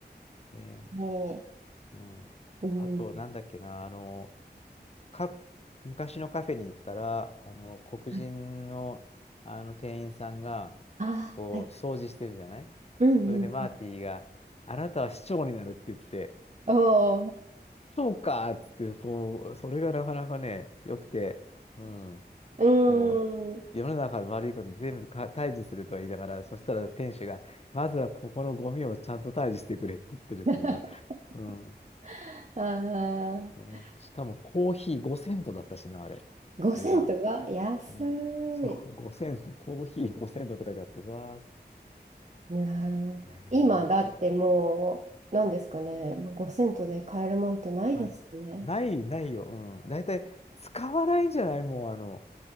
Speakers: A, on the left (about 35°); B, on the right (about 40°).
A: う。ね、
B: ね
A: うん。
B: え、うん。
A: あと、
B: は
A: なんだっけな、あの、か、昔のカフェに行ったら、あの、黒人の、
B: い。
A: あの店員さんが、
B: あ、
A: こう、
B: はいはい。
A: 掃除してるじゃない
B: うんうん。
A: それでマーティが、
B: あ
A: あなたは市長になるって言って、
B: おー、
A: そうかっつって、こう、それがなかなかね、良くて、うん、
B: うん。
A: そう、
B: うん。
A: 世の中の悪いこと全部か退治するとは言いながら、そしたら店主が、まずはここのゴミをちゃんと退治してくれって言ってるっていうのは、
B: <laughs>
A: うん、
B: あ
A: ね、しかもコーヒー5セントだったしな、あれ、
B: ー、5セントが安
A: 値段。うん、そう、
B: い。
A: 5セント、コーヒー5セントとか書いてあって、うわ
B: なあ今だってもう、
A: ー、えー、
B: 何ですかね。5セントで買えるもんってないですよね。
A: か、ない、ないよ、うん、大体使わないんじゃないもう、あの、